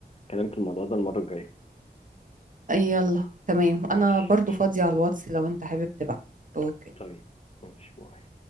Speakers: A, on the left (about 35°); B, on the right (about 50°).
A: كلام في الموضوع ده المرة الجاية
B: يلا تمام انا
A: ماشي
B: برضو فاضيه على الواتس لو انت حابب تبعت اوكي
A: طيب ماشي باي